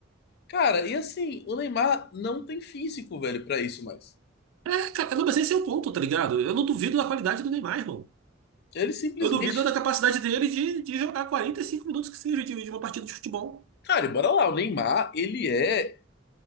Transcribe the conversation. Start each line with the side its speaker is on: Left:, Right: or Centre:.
Left: Cara, e assim, o Neymar não tem físico, velho, pra isso mais.
Right: É, cara, não, mas esse é o ponto, tá ligado? Eu não duvido da qualidade do Neymar, irmão.
Left: Ele simplesmente...
Right: Eu duvido da capacidade dele de, de jogar 45 minutos que seja de, de uma partida de futebol.
Left: Cara, e bora lá, o Neymar, ele é